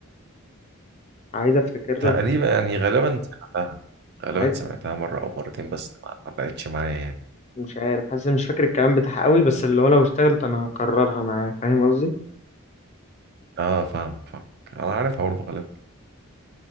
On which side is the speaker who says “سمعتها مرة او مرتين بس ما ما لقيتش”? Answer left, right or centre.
Right